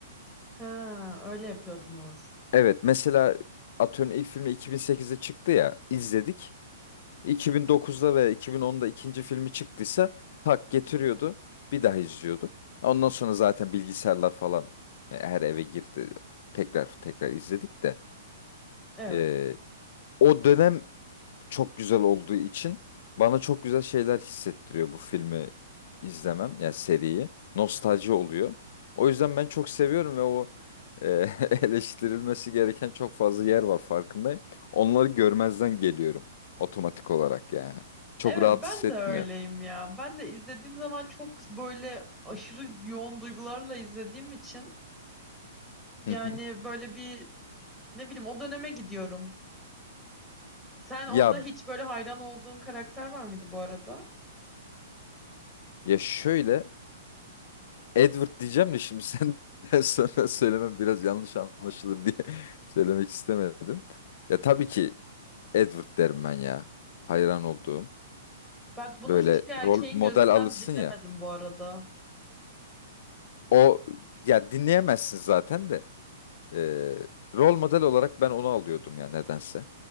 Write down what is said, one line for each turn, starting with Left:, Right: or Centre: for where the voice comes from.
Centre: Ha öyle yapıyordunuz.
Left: Evet, mesela atıyorum ilk filmi 2008'de çıktı ya, izledik. 2009'da ve 2010'da ikinci filmi çıktıysa tak getiriyordu. Bir daha izliyorduk. Ondan sonra zaten bilgisayarlar falan e, her eve girdi. Tekrar tekrar izledik de.
Centre: Evet.
Left: Ee, o dönem çok güzel olduğu için bana çok güzel şeyler hissettiriyor bu filmi izlemem yani seriyi. Nostalji oluyor. O yüzden ben çok seviyorum ve o e, <laughs> eleştirilmesi gereken çok fazla yer var farkındayım. Onları görmezden geliyorum otomatik olarak yani. Çok
Centre: Evet
Left: rahat
Centre: ben
Left: hissetmiyor.
Centre: de öyleyim ya. Ben de izlediğim zaman çok böyle aşırı yoğun duygularla izlediğim için yani
Left: Hı hı.
Centre: böyle bir ne bileyim o döneme gidiyorum. Sen orada
Left: Ya
Centre: hiç böyle hayran olduğun karakter var mıydı bu arada?
Left: ya şöyle Edward diyeceğim de şimdi <laughs> senden sonra söylemem biraz yanlış anlaşılır diye <laughs> söylemek istemedim. Ya tabii ki Edward derim ben ya. Hayran olduğum.
Centre: Bak bunu
Left: Böyle
Centre: hiçbir erkeğin
Left: rol model
Centre: gözünden
Left: alırsın
Centre: dinlemedim
Left: ya.
Centre: bu arada.
Left: O ya dinleyemezsin zaten de. Ee, rol model olarak ben onu alıyordum ya nedense.